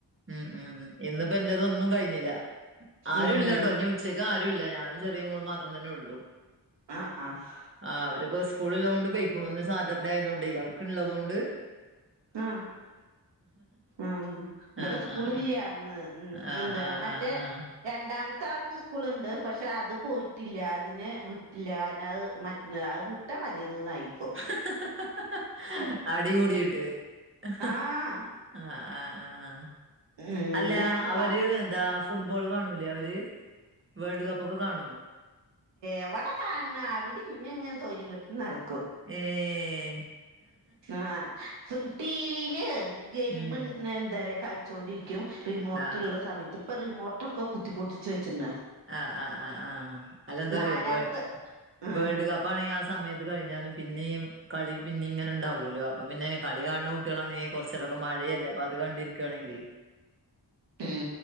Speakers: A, on the right (about 30°); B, on the right (about 85°).
A: ഉം ഉം ഇന്നിപ്പോൾ എന്റേത് ഒന്നും കഴിഞ്ഞില്ല ആരും
B: ഉം
A: ഇല്ലാട്ടോ ഉച്ചക്ക് ആരും ഇല്ല ഞാനും ചെറിയ മകളും മാത്രം തന്നെ ഉള്ളൂ
B: ആഹ് ആഹ്
A: ആഹ് അവൊക്കെ സ്കൂൾ ഉള്ളതുകൊണ്ട് പോയിട്ടുണ്ട് ഇന്ന് സാറ്റർഡേ ആയതുകൊണ്ട് അവർക്ക് ഉള്ളതുകൊണ്ട്
B: ആഹ് ആഹ് ഇവിടെ
A: ആഹ്
B: സ്കൂളില്ല
A: ആഹ്
B: ഇന്ന്
A: ആഹ്
B: എന്താ
A: ആഹ്
B: മറ്റേ
A: ആഹ് ആഹ്
B: രണ്ടാമത്തെ ആൾക്ക് സ്കൂളുണ്ട് പക്ഷെ അത് പോയിട്ടില്ല അതിനെ വിട്ടില്ല കാരണം അത് മറ്റ അത് വിട്ട മതിയെന്നുന്നായി
A: <unintelligible> അടികൂടിയിട്ട് <unintelligible>
B: ആഹ്
A: ആഹ് അഹ് ആഹ്
B: ഉം
A: അല്ല
B: ഞാന്
A: അവര്
B: പ
A: എന്താ ഫുട്ബോൾ കാണൂല്ലേ അവര് വേൾഡ് കപ്പ് ഒക്കെ കാണോ
B: എവിടെ കാണണ അവര് ഇന്നെ ഇങ്ങനെ സ്വൈര്യം കെടുത്തി നടക്കും
A: ഏഹ്
B: ആഹ് ടിവിയില് ഗെയിം
A: ഉം
B: എന്താ പറയാ കളിച്ചോണ്ടിരിക്കും റിമോട്ട്
A: ആ
B: ഉള്ള സമയത്ത് ഇപ്പൊ റിമോട്ടൊക്കെ കുത്തി പൊട്ടിച്ച് വെച്ചിണ
A: ആഹ് ആഹ് ആഹ് ആഹ് അല്ലെന്താറിയോ
B: നാലാമത്തെ
A: വേ
B: ഉം
A: വേൾഡ് കപ്പ് കളി ആഹ് സമയത്ത് കഴിഞ്ഞാലും പിന്നെയും കളി പിന്നെ ഇങ്ങനെ ഉണ്ടാാവുമല്ലോ അപ്പ പിന്നെ കളി കാണുന്ന കുട്ടികളാണെങ്കിൽ കുറച്ച നേരമൊക്കെ മഴയല്ലേ അപ്പൊ അത് കണ്ടിരിക്കയാണെങ്കിലേ
B: ഉം